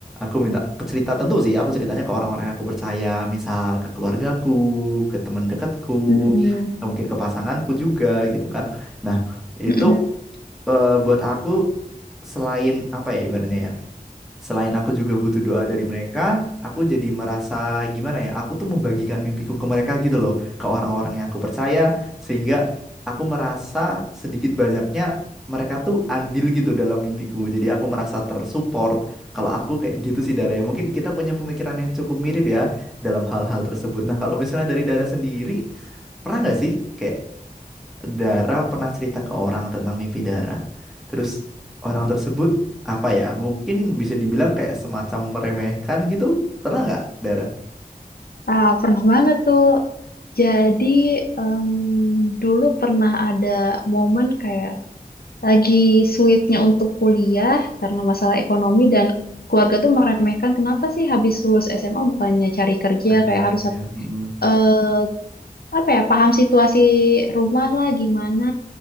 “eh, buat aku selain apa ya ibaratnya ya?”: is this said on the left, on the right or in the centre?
Centre